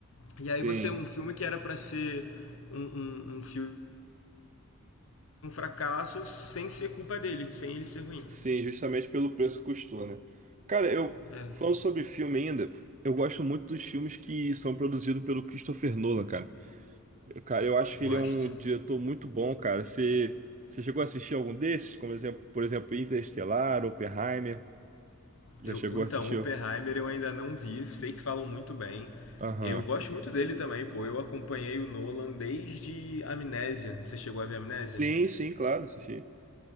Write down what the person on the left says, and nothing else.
E aí
você, um filme que era para ser um, um, um filme um fracasso sem ser culpa dele, sem ele ser ruim.
É,
gosto.
Eu,
eu- então,
Oppenheimer eu ainda não vi, sei que falam muito bem.
Eu gosto muito dele também, pô. Eu acompanhei o Nolan desde Amnésia. Você chegou a ver Amnésia?